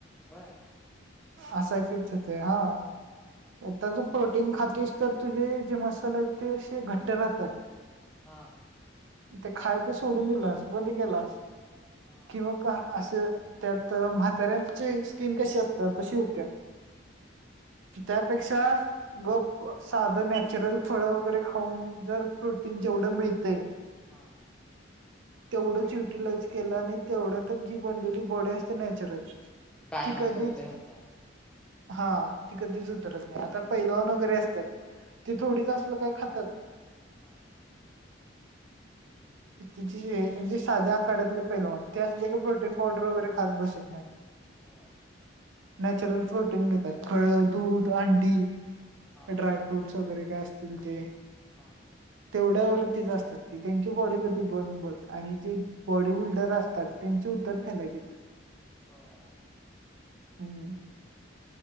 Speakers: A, in the centre; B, on the right.
A: होय.
B: आस शाफबचे ते हा. ता तू प्रोटीन खातेस तर तुझे जे मसाल आहेत ते असे घट्ट राहतात.
A: हा.
B: ते खायच सोडून दिलास बंद केलास
A: हा
B: किंवा का असं त्यात म्हाताऱ्यांची स्किन कशी असत्या तशी होत्या.
A: होय
B: त्यापेक्षा गप साधन नॅचरल फळं वगैरे खाऊन जर प्रोटीन जेवढं मिळते.
A: हा.
B: तेवढंच युटिलाइज केलं आणि तेवढ्यातच जी बनलेली बॉडी असते नॅचरल.
A: कायम
B: ती कधीच
A: स्वरूपी राहत्या.
B: हा ती कधीच उतरत नाही आता पैलवान वगैरे असतात ती
A: हा
B: थोडीच असत खात्यात.
A: नाही.
B: त म्हणजे साध्या आकारड्याातले पैलवान ते असले क प्रोटीन पावडर वगैरे खात बसत नाही.
A: होय.
B: नॅचरल प्रोटीन घेतात फळ दूध अंडी
A: हा
B: ड्राय फ्रूट्स वगैरे काय अस तील ते
A: हा
B: तेवढ्यावरतीच असतात ती त्याची बॉडी कधी ब बघ आणि जे बॉडी बिल्डर असतात त्यांचे उतरते लगेच.
A: होय.
B: <unintelligible>